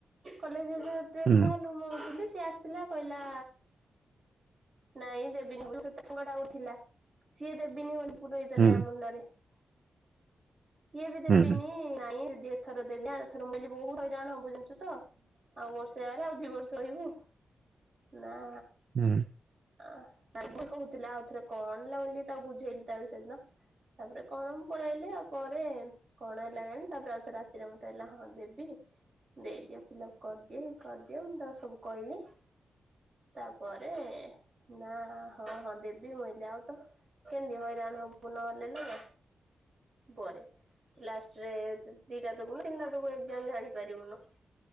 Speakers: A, on the right (about 40°); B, on the right (about 60°).
A: କଲେଜ୍ ଇଏ ଦେଖାହେଲୁ
B: ହୁଁ
A: ମୁଁ ଥିଲି ସିଏ ଆସିଲା କହିଲା ନାଇଁ ଦେବିନି <unintelligible> ଥିଲା ସିଏ ଦେବିନି ହୁ। ପୁରେଇ ଦେଲା
B: ହୁଁ
A: ୟା ମୁଣ୍ଡରେ। ଇଏ ବି ଦେବିନି
B: ହୁଁ
A: ନାଇଁ ଯଦି ଏଥର ଦେବି ଆ ଥର ମିିଲି ବହୁତ ହଇରାଣ ହବୁ ଜାଣିଛୁ ତ‌। ଆଉ ବର୍ଷେ ଜାଗାରେ ଆଉ ଦୁଇ ବର୍ଷ ରହିବୁ ନା
B: ହୁଁ।
A: <unintelligible> କହୁଥିଲ ଆଉ ଥରେ କଣ ହେଲା ବୋଲି ତାକୁ ବୁଝେଇଲି ତାକୁ ସେଦିନ। ତାପରେ କଣ ମୁଁ ପଳେଇଲି ଆଉ ପରେ କଣ ହେଲା ତାପରେ ଆଉଥ ରାତିରେ ମୋତେ କହିଲା ହଁ ଦେବି। ଦେଇଦିଅ ଫିଲ୍ଅପ କରିଦିଅ କରିଦିଅ ମୁଁ ତା ସବୁ କହିଲି। ତାପରେ ନା ହଁ-ହଁ ଦେବି ମୁଇଲି ଆଉ ତ କେମିତି ହଇରାଣ ହବୁ ନହେଲେ ନା ପରେ ଲାଷ୍ଟରେ ଦିଟା ତକୁନ ତିନିଟା ତକୁ ଏକ୍ଜାମ ଜାଣିପାରିବୁନୁ